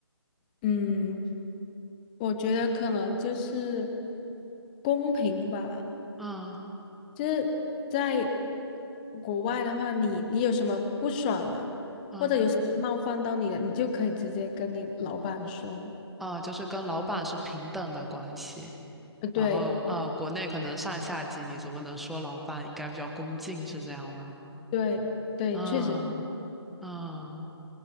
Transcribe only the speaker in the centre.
嗯
嗯，
啊，就是跟老板是平等的关系。
然后呃，国内可能上下级你怎么能说老板应该比较恭敬是这样吗？
啊
啊，